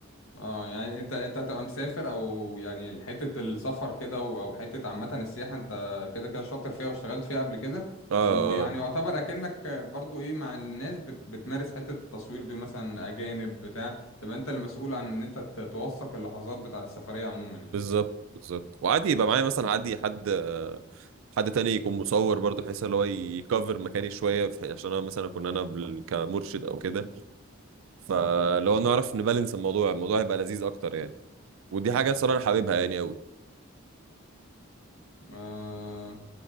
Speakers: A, on the left; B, on the right.
A: اه يعني انت انت هتبقى مسافر او يعني حته السفر كده و- او حته عامه السياحه انت كده كده شاطر فيها واشتغلت فيها قبل كده
B: اه
A: ويعني
B: آه.
A: يعتبر اكنك برضو ايه مع الناس بت بتمارس حته التصوير دي مثلا اجانب بتاع تبقى انت المسؤول عن ان انت ت- توثق اللحظات بتاعه السفريه عموما يعني
B: بالظبط بالظبط وعادي يبقى معايا مثلا عادي حد آه، حد تاني يكون مصور برضه بحيث اللي هو يكفر مكاني شويه في حي- عشان انا مثلا اكون انا بال- كمرشد او كده فلو
A: اوكي
B: نعرف نبالانس الموضوع الموضوع هيبقى لذيذ اكتر يعني ودي حاجه الصراحه انا حاببها يعني قوي
A: امم